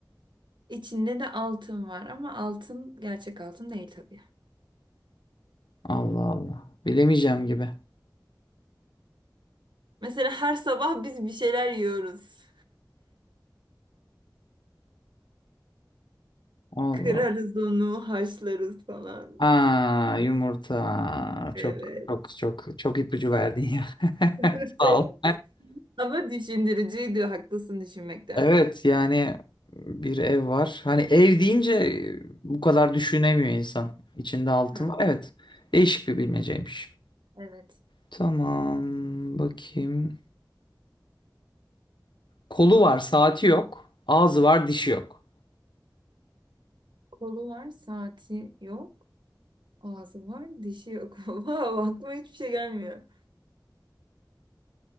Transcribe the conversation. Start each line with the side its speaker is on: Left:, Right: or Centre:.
Right: İçinde de altın var ama altın gerçek altın değil tabii.
Left: Allah Allah. Bilemeyeceğim gibi.
Right: Mesela her sabah biz bir şeyler yiyoruz.
Left: Allah.
Right: Kırarız onu, haşlarız falan.
Left: Aa, yumurta.
Right: Evet.
Left: Çok çok çok çok ipucu verdin ya.
Right: <laughs>
Left: <laughs> Sağ ol.
Right: Ama düşündürücüydü, haklısın düşünmekte.
Left: Evet yani bir ev var. Hani ev deyince bu kadar düşünemiyor insan. İçinde altın
Right: Hı,
Left: var. Evet. Değişik bir bilmeceymiş.
Right: evet.
Left: Tamam bakayım. Kolu var, saati yok. Ağzı var, dişi yok.
Right: Kolu var, saati yok. Ağzı var, dişi yok. <laughs> Wow, aklıma hiçbir şey gelmiyor.